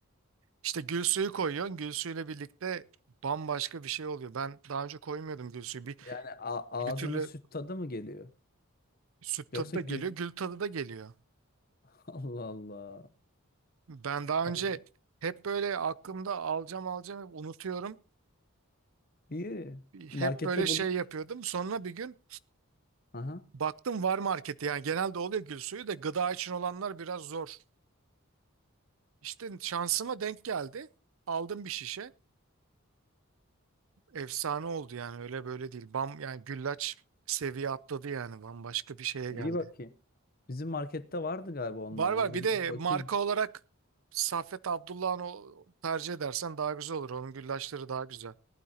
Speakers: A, on the right; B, on the left.
A: İşte gül suyu koyuyorsun. Gül suyuyla birlikte bambaşka bir şey oluyor. Ben daha önce koymuyordum gül suyu. Bir,
B: Yani a- ağzına
A: bir türlü
B: süt tadı mı geliyor?
A: süt tadı
B: Yoksa
A: da
B: gül...
A: geliyor, gül tadı da geliyor.
B: <laughs> Allah Allah.
A: Ben daha
B: Vay.
A: önce hep böyle aklımda alacağım alacağım hep unutuyorum.
B: İyi.
A: Hep
B: Markette
A: böyle şey
B: bulunuyor.
A: yapıyordum. Sonra bir gün
B: Aha.
A: baktım var markette. Yani genelde oluyor gül suyu da gıda için olanlar biraz zor. İşte şansıma denk geldi. Aldım bir şişe. efsane oldu yani öyle böyle değil. Bam yani güllaç seviye atladı yani bambaşka bir şeye geldi.
B: İyi bakayım. Bizim markette vardı galiba ondan
A: Var var
B: ya. Bir
A: bir
B: gidip
A: de
B: bakayım.
A: marka olarak Saffet Abdullah'ın o tercih edersen daha güzel olur. Onun güllaçları daha güzel.